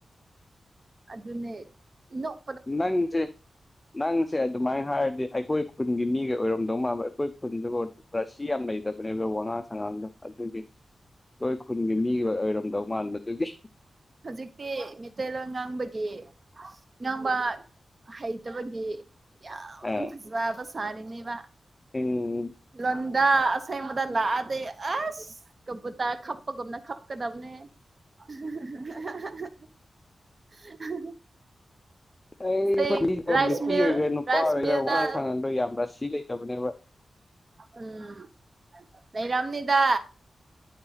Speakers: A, on the right; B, on the left.
A: ꯑꯗꯨꯅꯦ ꯅ‌ꯣꯛ
B: ꯅꯪꯖ‌ꯦ ꯅꯪꯁꯦ ꯑꯗꯨꯃꯥꯏ ꯍꯥꯏꯔꯗꯤ ꯑꯩꯈꯣꯏ ꯈꯨꯟꯒꯤ ꯃꯤꯒ ꯑꯣꯏꯔꯝꯗꯧ ꯃꯥꯟꯕ ꯑꯩꯈꯣꯏ ꯈꯨꯟꯁꯨꯀ‌ꯣ ꯔꯥꯁꯤ ꯌꯥꯝ ꯂꯩꯇꯕꯅꯦꯕ ꯋꯥꯉꯥꯡ ꯁꯉꯥꯡꯗꯣ ꯑꯗꯨꯒꯤ ꯂꯣꯏ ꯈꯨꯟꯒꯤ ꯃꯤ ꯑꯣꯏꯔꯝꯗꯧ ꯃꯥꯟꯕ ꯗꯨꯒꯤ
A: ꯍꯧꯖꯤꯛꯇꯤ ꯃꯤꯇꯩꯩꯂ‌ꯣꯟ ꯉꯥꯡꯕꯒꯤ ꯉꯥꯡꯕ ꯍꯩꯇꯕꯒꯤ ꯌꯥꯝ
B: ꯑ
A: ꯐꯖꯕ ꯁꯥꯔꯤꯅꯦꯕ
B: ꯎꯝ
A: ꯂꯣꯟꯗꯥ ꯑꯁ‌ꯦꯡꯕꯗ ꯂꯥꯛꯑꯗꯤ ꯑꯁ ꯀꯕꯨꯇ ꯈꯞꯄꯒꯨꯝꯅ ꯈꯞꯀꯗꯕꯅꯦ <unintelligible>
B: ꯑꯩ
A: ꯆꯦꯡ
B: ꯈꯨꯟꯗꯤꯀ‌ꯣ
A: ꯔꯥꯏꯁ
B: ꯅꯨꯄꯤ
A: ꯃꯤꯜ
B: ꯑꯣꯏꯒ‌ꯦꯔꯥ ꯅꯨꯄꯥ
A: ꯔꯥꯏꯁ
B: ꯑꯣꯏꯒ‌ꯦꯔꯥ
A: ꯃꯤꯜꯗ
B: ꯋꯥꯥꯉꯥꯡ ꯁꯥꯥꯡꯉꯥꯡꯗꯣ ꯌꯥꯝ ꯔꯥꯁꯤ ꯂꯩꯇꯕꯅꯦꯕ
A: ꯎꯝ ꯂꯩꯔꯝꯅꯤꯗ